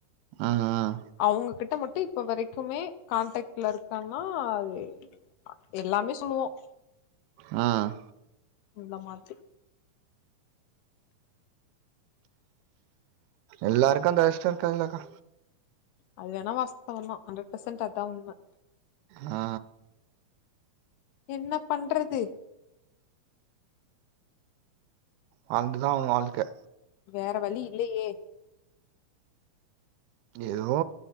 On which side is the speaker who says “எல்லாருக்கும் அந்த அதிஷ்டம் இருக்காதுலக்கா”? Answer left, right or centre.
Right